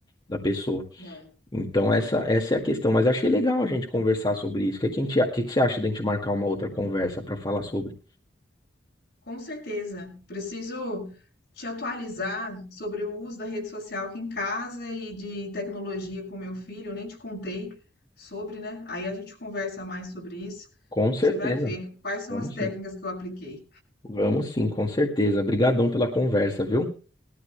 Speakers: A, on the left; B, on the left.
A: Da pessoa.
B: né?
A: Então essa, essa é a questão. Mas achei legal a gente conversar sobre isso. O que, que, a gente a- que que você acha da gente marcar uma outra conversa para falar sobre?
B: Com certeza. Preciso te atualizar sobre o uso da rede social aqui em casa e de tecnologia com meu filho. Eu nem te contei sobre, né? Aí a gente conversa mais sobre isso.
A: Com certeza.
B: Você vai ver quais são
A: Vamos
B: as técnicas
A: sim.
B: que eu apliquei.
A: Vamos sim, com certeza. Obrigadão pela conversa, viu?